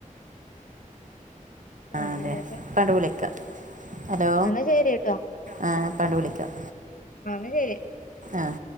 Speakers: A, on the left; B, on the right.
A: പിന്നെന്തൊക്കെ
B: ആ അതെ പാണ്ട് വിളിക്കാം ഹലോ
A: എന്നാ ശരിട്ടോ
B: ആ ഞാപണ്ട് വിളിക്കാം
A: <unintelligible>
B: ആഹ്